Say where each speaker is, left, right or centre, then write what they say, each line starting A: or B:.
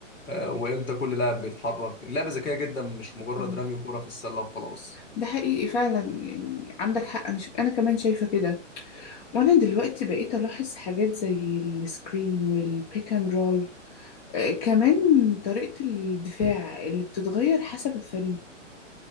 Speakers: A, on the left; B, on the left.
A: آه، وامتى كل لاعب بيتحرك اللعبه ذكيه جدا مش مجرد
B: مم.
A: رمي كوره في السله وخلاص
B: ده حقيقي فعلا يعني عندك حق أنا شف... أنا كمان شايفة كده وأنا دلوقتي بقيت ألاحظ حاجات زي السكرين والبيك أند رول آه كمان طريقة الدفاع اللي بتتغير حسب الفريق